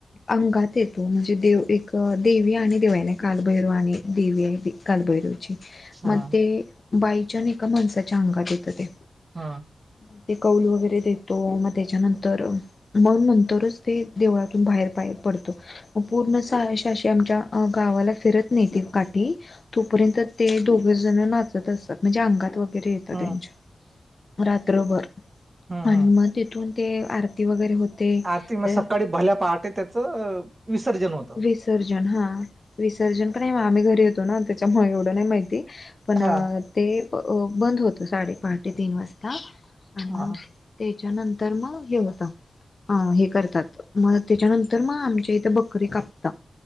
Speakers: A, on the left; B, on the right.
A: अंगात येतो म्हणजे दे एक देवी आणि देवाने कालभैर आणि कालभैर
B: हम्म
A: मग ते बाईच्यान एका माणसाच्या अंगात येतं ते
B: हम्म
A: मग ते कौल वगैरे देतो मग त्याच्यानंतर मग नंतरच ते देवळातून बाहेर पाहेत पण आमच्या गावा फिरत नाही काठी तोपर्य ते दोघे जण नाचत असतात म्हणजे अंगात वगैरे येतं
B: हम्म
A: त्यांच्या रात्रभर
B: हम्म
A: आणि
B: हम्म
A: मग तिथून ते आरती वगैरे होते
B: आरती मग
A: तर
B: सकाळी भल्या पहाटे त्याचं विसर्जन होत
A: विसर्जन हा विसर्जन का नाही आम्ही घरी येतो ना त्याच्यामुळे एवढं नाही माहिती पण
B: हा
A: ते बंद होत साडेपाहा ते तीन वाजता ह
B: हा
A: ते रग होत करतात म त्याच्यानंतर मग आमच्या इथ बकरी कापता